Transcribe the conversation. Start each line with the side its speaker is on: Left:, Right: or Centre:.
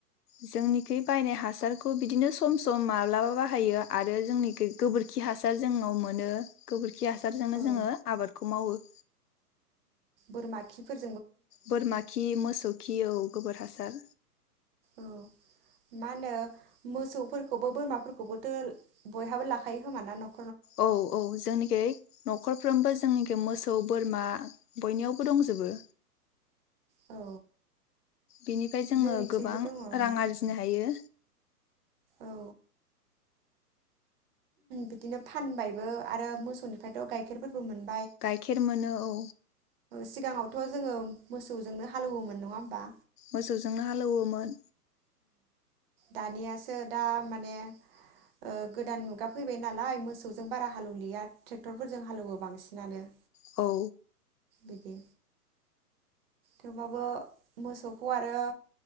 Left: जोंनिखै बायनाय हासारखौ बिदिनो सम सम माब्लाबा बाहायो आरो जोंनिखै गोबोरखि हासार जोंनाव मोनो गोबोर खि हासारजोंनो
Right: औ
Left: जोङो आबादखौ मावो
Right: बोरमा खिफोर
Left: बोरमा खि मोसौ खि औ गोबोर हास सार
Right: औ मा होनो मोसौफोरखौबो बोरमाफोरखौबोथो बयहाबो लाखायो खोमा ना न
Left: औ औ जोंनिखि नखरफ्रोमबो जोंनिखि मोसौ बोरमा बयनियावबो दंजोबो।
Right: औ
Left: बिनिफ्राय जोङो
Right: जोंनिथिंबो
Left: गोबां
Right: दङ ओं
Left: रां आरजिनो हायो।
Right: औ बिदिनो फानबायबो आरो मोसौनिफ्रायथ गाइखेरफोरबो मोन
Left: गाइखेर मोनो औ
Right: सिगाङावथ जोङो मोसौजोंनो हालौवोमोन नङा होमबा
Left: मोसौजोंनो हालौवोमोन।
Right: दानियासो दा माने ओ गोदान मुगा फैबाय नालाय मोसौजों बारा हालेवलिया ट्रेक्टरफोरजों हालेवो बांसिनानो
Left: औ
Right: बिदि थेवबाबो मोसौखौ आरो